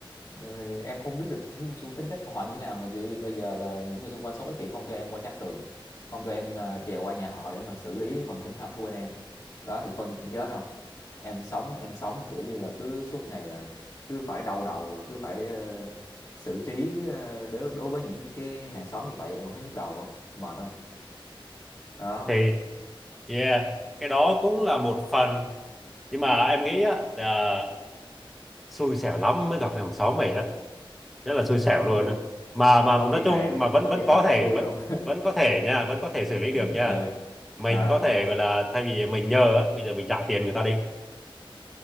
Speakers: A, on the left (about 40°); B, in the centre.
A: Ừ, em không biết được xu, xu tính cách của họ như thế nào mà thì bây giờ là những người xung quanh sống ích kỷ không cho em qua trắc tường không cho em ờ, trèo qua nhà họ để mà xử lý phần chống thấm của bên em đó thì coi như cũng chết không em sống em sống mà kiểu như là cứ suốt ngày là cứ phải đau đầu và cứ phải ờ, xử trí ờ, đối, đối với những cái hàng xóm như vậy em không thấy nhức đầu không mệt không đó
B: thì yeah cái đó cũng là một phần nhưng mà em nghĩ á là xui xẻo lắm mới gặp cái hàng xóm mày đó rất là xui xẻo
A: <laughs>
B: luôn á mà mà
A: có
B: nói
A: khi nào
B: chung
A: em
B: mà
A: gặp-
B: vẫn
A: có
B: vẫn
A: khi nào
B: có
A: gặp
B: thể
A: xui
B: vẫn
A: không
B: vẫn có thể nha vẫn có thể xử lý
A: <laughs>
B: được nha
A: ừ
B: mình
A: à
B: có thể gọi là thay vì mình nhờ á bây giờ mình trả tiền người ta đi